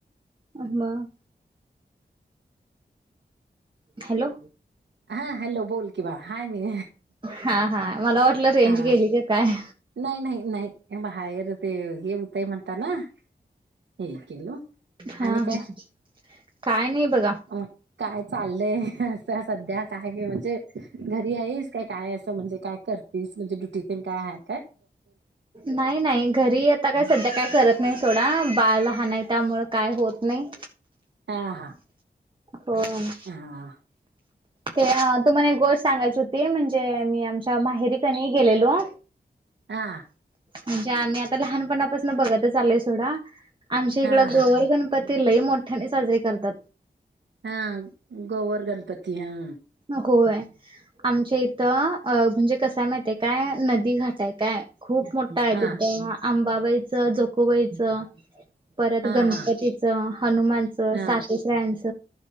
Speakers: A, on the right; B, on the right.
A: मग? हॅलो.
B: हा हॅलो बोल कि बा हाय मी
A: हा हा, मला वाटलं रेंज
B: हा
A: गेली का काय?
B: नाही, नाही, नाही, बाहेर ते हे होतयं म्हणता ना हे केलो.
A: हा
B: आणि
A: हा
B: काय,
A: काय नाही बघा
B: मग काय चाललंय? आत्ता सध्या काय म्हणजे घरी हाईस काय काय असं म्हणजे काय करतीस म्हणजे ड्युटीतेण काय हाय?
A: नाही नाही, घरी आता काय सध्या काय करत नाही सोडा बाळ लहान आहे त्यामुळं काय होत नाही.
B: हा हा.
A: होय.
B: हा
A: ते तुम्हाला एक गोष्ट सांगायची होती म्हणजे मी आमच्या माहेरी कनी गेलेलो
B: हां.
A: म्हणजे आम्ही आता लहानपणापसणं बघतच आलोय सोडा आमच्या
B: हा
A: इकडं गोवर
B: हा
A: गणपती ते लई मोठ्याने साजरीे करतात.
B: हाँ गोवरगणपती हा.
A: नको होय. आमच्या इथं अ म्हणजे कसाय म्हायताय काय नदी घाट आहे काय खूप मोठ काय
B: हा
A: तिथं आंबाबाईचं, जोकोबाईच परत
B: हा
A: गणपती
B: हा
A: हनुमानच,
B: हा
A: सातेसरांच,